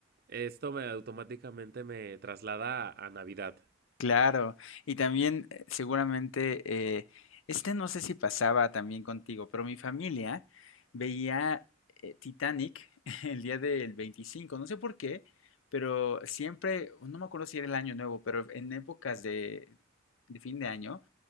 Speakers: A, on the right (about 45°); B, on the left (about 65°).
A: esto me automáticamente me traslada a Navidad.
B: Claro. Y también eh, seguramente, eh, este no sé si pasaba también contigo, pero mi familia veía eh, Titanic <laughs> el día del 25. No sé por qué, pero siempre, no me acuerdo si era el año nuevo, pero en épocas de, de fin de año,